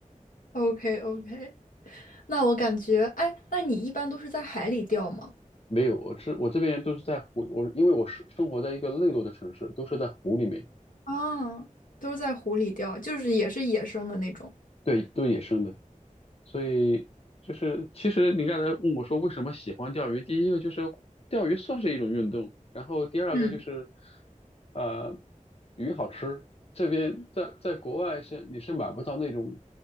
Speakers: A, on the left; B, on the left.
A: ，OK OK，那我感觉，哎，那你一般都是在海里钓吗？
B: 没有，我这我这边都是在湖，我因为我是生活在一个内陆的城市，都是在湖里面，
A: 啊，都是在湖里钓，就是也是野生的那种。
B: 对，都是野生的。所以就是其实你刚才问我说为什么喜欢钓鱼，第一个就是钓鱼算是一种运动，然后第二个就是
A: 嗯，
B: 呃鱼好吃，这边在在国外是你是买不到那种